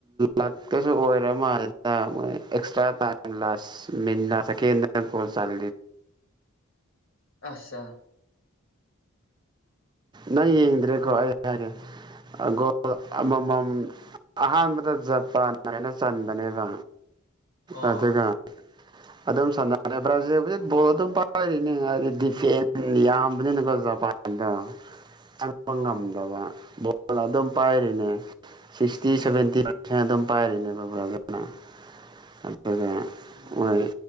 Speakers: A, on the right (about 20°); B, on the left (about 65°).
A: ꯂꯥꯛꯇꯁꯨ ꯑꯣꯏꯔꯝ ꯃꯥꯗ ꯃꯣꯏ ꯑꯦꯛꯁꯇ꯭ꯔꯥ ꯇꯥꯏ ꯁ ꯃꯤꯅꯥ ꯁꯦꯀꯦꯟ ꯀꯣꯜ ꯆꯜ
B: ꯑꯆꯥ
A: ꯅꯪ ꯌꯦꯡꯗ꯭ꯔꯦꯀꯣ ꯑꯩ ꯍꯥꯏꯔꯦꯒꯣ ꯑꯃꯃꯝ ꯑꯍꯥꯟꯕꯗ ꯖꯄꯥꯟ ꯍꯥꯏꯅ ꯆꯟꯕꯅꯦꯕ
B: ꯑꯣ
A: ꯑꯗꯨꯒ
B: <inaudible>
A: ꯑꯗꯨꯝ ꯁꯥꯟꯅꯔꯦ ꯕ꯭ꯔꯥꯖꯤꯜꯕꯨꯗꯤ ꯕꯣꯜ ꯑꯗꯨꯝ ꯄꯥꯏꯔꯤꯅꯤ ꯍꯥꯏꯗꯤ ꯗꯤꯐꯦꯟ ꯌꯥꯝꯕꯅꯤꯅꯀꯣ ꯖꯄꯥꯟ ꯑꯗ ꯆꯪꯕ
B: ꯑꯣ
A: ꯉꯝꯗꯕ ꯣꯜ ꯑꯗꯨꯝ ꯄꯥꯏꯔꯤꯅꯦ ꯁꯤꯛꯁꯇꯤ
B: ꯑꯣ
A: ꯁꯚꯦꯟꯇꯤ ꯑꯗꯨꯝ ꯄꯥꯏꯔꯤꯅꯦꯕ꯭ꯔꯥꯒꯅ ꯑꯗꯨꯒ
B: ꯎꯝ
A: ꯃꯣꯏ